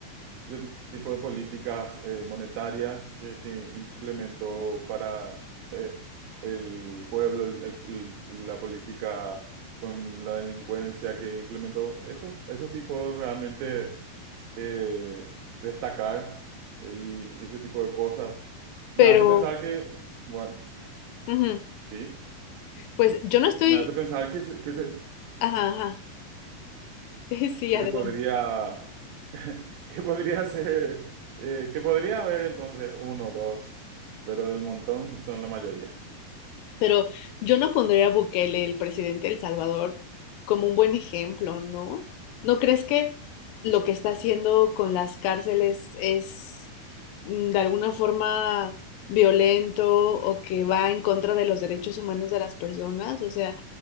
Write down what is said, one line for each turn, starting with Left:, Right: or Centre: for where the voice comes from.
Right: ese tipo de políticas eh, monetarias que, que implementó para eh, el pueblo, el- el- el- la política con la delincuencia que implementó, eso, eso sí puedo realmente eh, destacar eh, y ese tipo de cosas.
Left: Pero,
Right: Me hace pensar que, bueno,
Left: ujú,
Right: sí.
Left: pues yo no estoy...
Right: Me hace pensar que se, que se,
Left: Ajá, ajá. <laughs> Sí,
Right: que
Left: adelante.
Right: se podría, <laughs> que podría ser, eh, que podría haber entonces uno o dos, pero del montón son la mayoría.
Left: Pero yo no pondría a Bukele, el presidente de El Salvador, como un buen ejemplo, ¿no? ¿No crees que lo que está haciendo con las cárceles es mm, de alguna forma violento o que va en contra de los derechos humanos de las personas? O sea,